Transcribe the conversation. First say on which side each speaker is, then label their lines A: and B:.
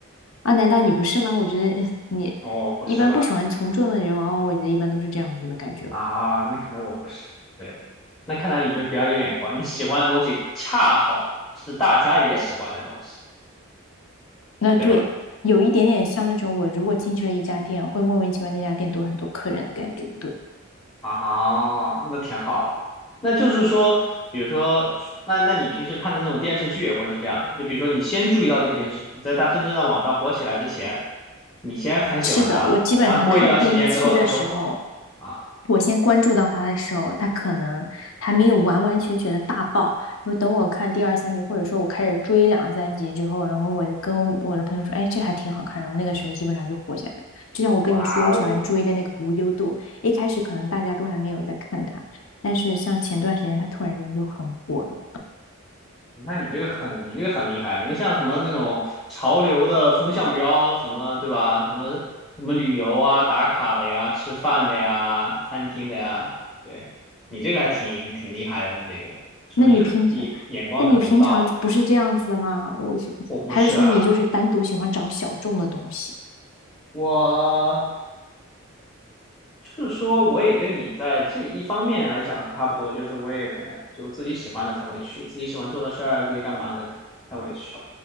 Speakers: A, on the left (about 70°); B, on the left (about 20°).
A: 啊，难道你不是吗？我觉得 <laughs> 你一般不喜欢从众的人，
B: 哦，不是吧？
A: 往往我觉得一般都是这样子的感觉吧。
B: 啊，那可能我不是，对，那看来你就是比较有眼光，你喜欢的东西恰好是大家也喜欢的东西，
A: 那对，
B: 对吧？
A: 有一点点像那种我如果进去了一家店，会莫名其妙那家店多很多客人的感觉。对。
B: 啊，那挺好的。那就是说，比如说，那那你平时看的那种电视剧也会是这样的吗就比如说，你先注意到这个电视剧，在它真正在网上火起来之前，你先很喜欢它了，
A: 是的，我基本上看第一期的时候，
B: 然后过一段时间之后，它就火了。啊，
A: 我先关注到他的时候，他可能还没有完完全全的大爆。然后等我看第二三集，或者说我开始追两三集之后，然后我就跟我的朋友说：“哎，这还挺好看。”然后那个时候基本上就火起来了。就像我跟你说，
B: 哇哦！
A: 我喜欢追的那个无忧渡，一开始可能大家都还没有在看它，但是像前段时间它突然间就很火了。
B: 那你这个很，你这个很厉害，你个像什么那种潮流的风向标，什么对吧？什么什么旅游啊、打卡的呀、吃饭的呀、餐厅的呀，对，你这个还挺挺厉害的，你这个说明很眼眼光很独到啊。
A: 那你平常，那你平常不是这样子的吗？我是还是说你就是单独喜欢找小众的东西？
B: 我不是啊，我就是说我也跟你在这一方面来讲是差不多，就是我也可能就自己喜欢的才会去，自己喜欢做的事儿，自己干嘛的才会去。